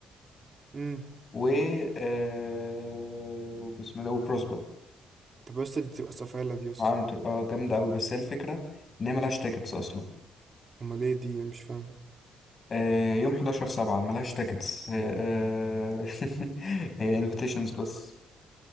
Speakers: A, on the right (about 40°); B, on the left (about 40°).
A: امم
B: و آه بسم الله وبروسبا
A: طب يا اسطى دي بتبقى سفالة دي يا اسطى
B: عامل اه جامدة أوي بس هي الفكرة إن هي ملهاش تيكتس أصلا
A: امال ايه دي مش فاهم
B: آه، يوم 11 7 ملهاش تاكتس آه، <laughs> هي انفيتيشنز بس